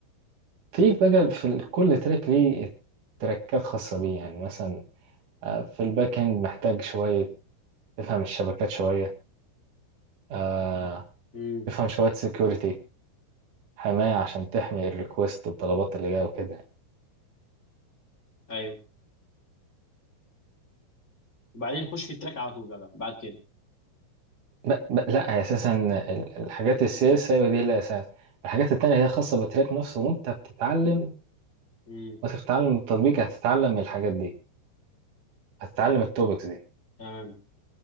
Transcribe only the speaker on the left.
امم
ايوه وبعدين نخش في التراك على طول بقى بعد كده
امم
تمام